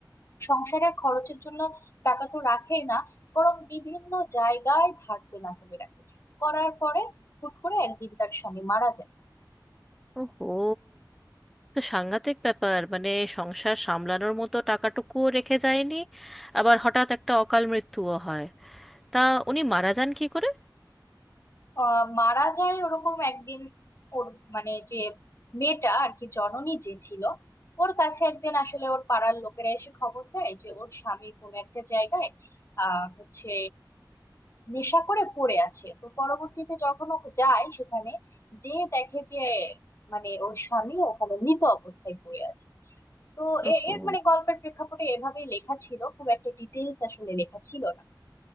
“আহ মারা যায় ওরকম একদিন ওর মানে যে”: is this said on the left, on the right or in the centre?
Left